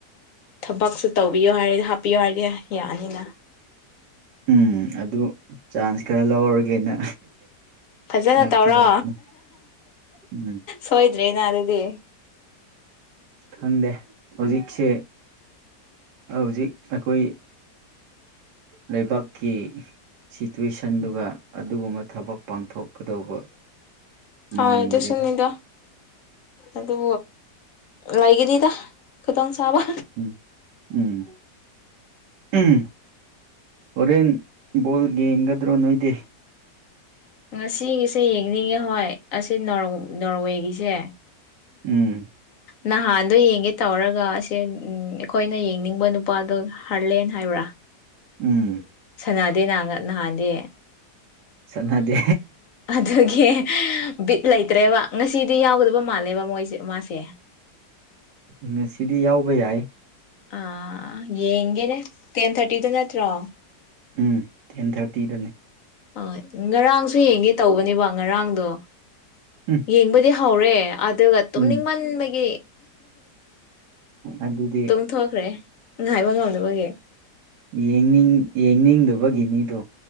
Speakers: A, on the left; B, on the right.
A: ꯊꯕꯛꯁꯨ ꯇꯧꯕꯤꯌꯣ ꯍꯥꯏꯔꯗꯤ ꯍꯥꯞꯄꯤꯌꯨ ꯍꯥꯏꯔꯗꯤ ꯌꯥꯅꯤꯅ
B: ꯎꯝ ꯑꯗꯨ ꯆꯥꯟꯁ ꯈꯔ ꯂꯧꯔꯒꯦꯅ
A: ꯐꯖꯅ
B: ꯂꯥꯛꯇꯤ
A: ꯇꯧꯔꯣ
B: ꯂꯥꯛꯄꯅꯦ ꯎꯝ
A: ꯁꯣꯏꯗ꯭ꯔꯦꯅ ꯑꯗꯨꯗꯤ
B: ꯈꯪꯗꯦ ꯍꯧꯖꯤꯛꯁꯦ ꯍꯧꯖꯤꯛ ꯑꯩꯈꯣꯏ ꯂꯩꯕꯥꯛꯀꯤ ꯁꯤꯇꯨꯋꯦꯁꯟꯗꯨꯒ ꯑꯗꯨꯒꯨꯝꯕ ꯊꯕꯛ ꯄꯥꯡꯊꯣꯛꯀꯗꯧꯕ
A: ꯍꯣꯏ
B: ꯃꯥꯟꯗ꯭ꯔꯦ
A: ꯑꯗꯨ ꯁꯨꯅꯤꯗ ꯑꯗꯨ ꯂꯩꯒꯤꯅꯤꯗ ꯈꯨꯗꯣꯡ ꯆꯥꯕ
B: ꯎꯝ ꯎꯝ ꯎꯝ ꯎꯝ ꯍꯣꯔꯦꯟ ꯕꯣꯜ ꯌꯦꯡꯒꯗ꯭ꯔꯣ ꯅꯣꯏꯗꯤ
A: ꯉꯁꯤꯒꯤꯁꯦ ꯌꯦꯡꯅꯤꯡꯉꯦ ꯍꯣꯏ ꯑꯁꯤ ꯅꯣꯔ ꯅꯣꯔꯋꯦꯒꯤꯁꯦ
B: ꯎꯝ
A: ꯅꯍꯥꯟꯗꯣ ꯌꯦꯡꯒꯦ ꯇꯧꯔꯒ ꯑꯁꯦ ꯑꯩꯈꯣꯏꯅ ꯌꯦꯡꯅꯤꯡꯕ ꯅꯨꯄꯥꯗꯣ ꯍꯥꯔꯂꯦꯟ ꯍꯥꯏꯕ꯭ꯔꯥ
B: ꯎꯝ
A: ꯁꯥꯟꯅꯗꯦꯅ ꯅꯍꯥꯟꯗꯤ
B: ꯁꯅꯗꯦ
A: ꯑꯗꯨꯒꯤ ꯕꯤꯠ ꯂꯩꯇ꯭ꯔꯦꯕ ꯉꯁꯤꯗꯤ ꯌꯥꯎꯒꯗꯕ ꯃꯥꯜꯂꯦꯕ ꯃꯣꯏꯁꯦ ꯃꯥꯁꯦ
B: ꯉꯁꯤꯗꯤ ꯌꯥꯎꯕ ꯌꯥꯏ
A: ꯑꯥ ꯌꯦꯡꯒꯦꯅꯦ ꯇꯦꯟ ꯊꯥꯔꯇꯤꯗ ꯅꯠꯇ꯭ꯔꯣ
B: ꯎꯝ ꯇꯦꯟ ꯊꯥꯔꯇꯤꯗꯅꯦ
A: ꯑꯣꯏ ꯉꯔꯥꯡꯁꯨ ꯌꯦꯡꯒꯦ ꯇꯧꯕꯅꯦꯕ ꯉꯔꯥꯡꯗꯣ
B: ꯎꯝ
A: ꯌꯦꯡꯕ ꯍꯧꯔꯦ ꯑꯗꯨꯒ ꯇꯨꯝꯅꯤꯡꯃꯟꯕꯒꯤ
B: ꯎꯝ ꯑꯗꯨꯗꯤ
A: ꯇꯨꯡ ꯊꯣꯛꯈ꯭ꯔꯦ ꯉꯥꯏꯕ ꯉꯝꯗꯕꯒꯤ
B: ꯌꯦꯡꯅꯤꯡ ꯌꯦꯡꯅꯤꯡꯗꯕꯒꯤꯅꯤꯗꯣ